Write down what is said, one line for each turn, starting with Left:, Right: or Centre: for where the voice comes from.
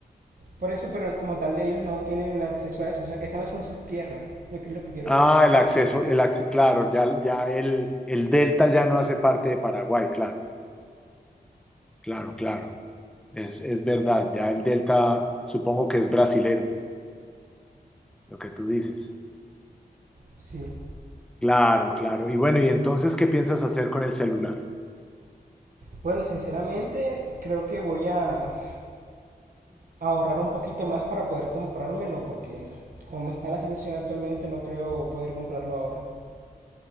Right: Por eso, pero como tal ellos no tienen acceso a eso. o sea, esas no son sus tierras, lo que es lo que quiero
Centre: Ah,
Right: decir.
Centre: el acceso, el acce- claro, ya, ya el, el delta ya no hace parte de Paraguay, claro, claro, claro. Es, es verdad, ya el delta supongo que es brasilero, lo que tú dices.
Right: Sí.
Centre: Claro, claro. Y bueno, ¿y entonces qué piensas hacer con el celular?
Right: Bueno, sinceramente, creo que voy a ahorrar un poquito más para poder comprármelo porque como está la situación actualmente no creo poder comprarlo ahora.